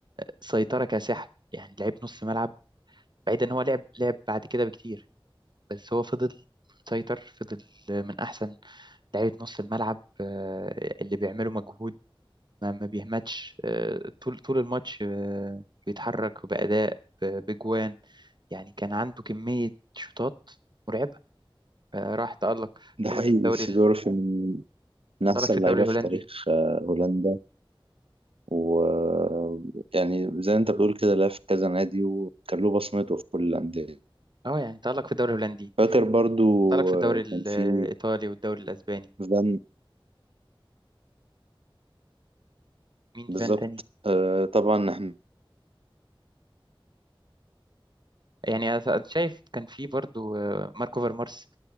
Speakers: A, on the right (about 50°); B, on the right (about 85°).
A: سيطرة كاسحة يعني لعيب نص ملعب بعيد ان هو لعب لعب بعد كده بكتير بس هو فضل مسيطر فضل من أحسن لعيبة نص الملعب آه، اللي بيعملوا مجهود ما ما بيهمتش آه، طول طول الماتش آه، بيتحرك بأداء ب- بجوان يعني كان عنده كمية شوطات مرعبة آه، راح تألق
B: ده
A: تألق
B: حقيقي
A: في الدوري
B: سيدورف
A: ال-
B: من من احسن
A: تألق في
B: اللعيبه
A: الدوري الهولندي
B: في تاريخ آه، هولندا ويعني زي ما انت بتقول كده لعب في كذا نادي وكان له بصمته في كل الأندية
A: اه يعني تألق في الدوري الهولندي
B: فاكر برضو
A: تألق في الدوري
B: آه،
A: الإيطالي
B: كان في
A: والدوري الأسباني
B: فان
A: مين
B: بالظبط
A: فان تاني
B: آه، طبعا احنا
A: يعني أنا شايف كان في برضو آه، ماركو فيرمارس